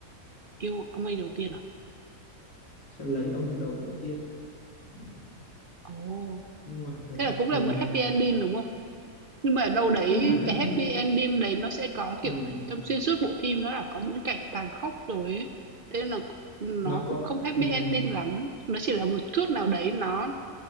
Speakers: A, on the right; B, on the left.
A: yêu ông anh đầu tiên à?
B: sẽ lấy ông đầu đầu tiên đấy.
A: Ồ.
B: nhưng mà cái
A: Thế là cũng
B: ừ.
A: là một happy ending đúng không? Nhưng mà ở đâu
B: cũng
A: đấy
B: không hẳn happy
A: cái happy ending đấy nó sẽ có
B: ừ.
A: kiểu trong xuyên suốt bộ phim nó là có những cảnh tàn khốc rồi ấy. Thế nên là nó
B: nó có
A: cũng không happy
B: ừ.
A: ending lắm. Nó chỉ là một chút nào đấy nó